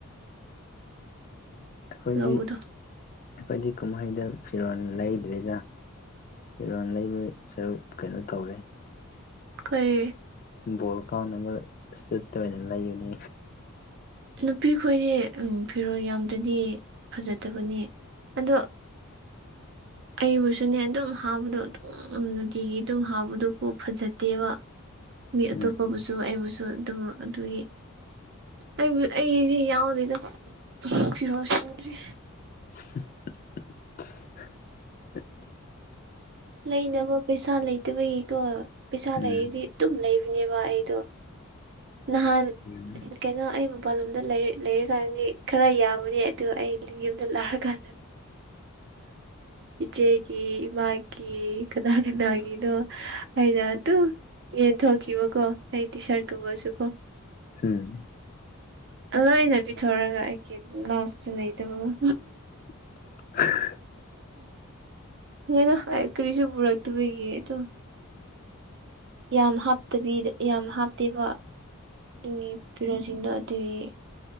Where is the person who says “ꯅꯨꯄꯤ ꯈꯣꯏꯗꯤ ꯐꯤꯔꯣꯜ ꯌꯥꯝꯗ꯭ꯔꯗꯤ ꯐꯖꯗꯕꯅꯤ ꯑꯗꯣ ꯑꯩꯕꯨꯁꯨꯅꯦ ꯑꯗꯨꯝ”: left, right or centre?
Right